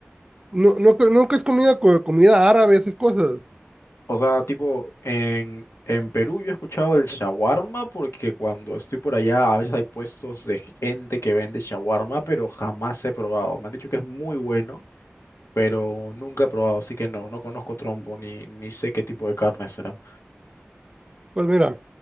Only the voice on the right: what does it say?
no, no, nunca has comido co- comida árabe, esas cosas.
Pues mira,